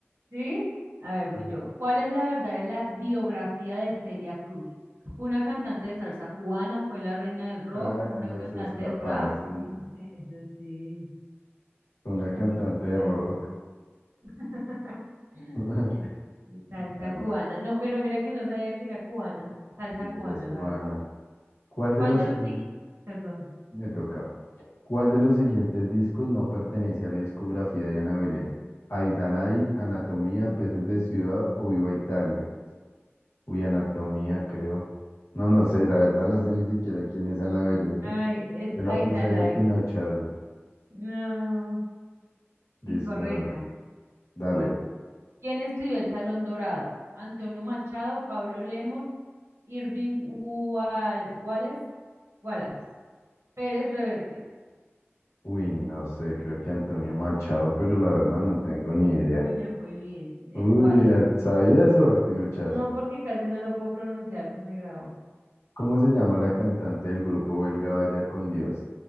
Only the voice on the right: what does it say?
¿Sí? A ver, voy
yo. ¿Cuál es la verdad de la biografía de Celia Cruz? ¿Fue una cantante de salsa cubana? ¿Fue la reina del rock?
¿Fue
una cantante
de rap?
<laughs> Sí, Eso sí.
sí,
ah. <laughs>
Salsa
cubana. No, pero mira que no sabía que era cubana. Salsa
cubana,
la verdad.
¿Cuál
de
los siguientes? Perdón.
Ay,
es
Aidalay.
No,
incorrecta.
Voy. ¿Quién estudió el Salón Dorado? Antonio Machado, Pablo Lemos, Irving Wal- Wallace, Wallace, Pérez Reverte.
Uy, me fue bien, el
Wallace.
No, porque casi no lo puedo pronunciar, se me grabó.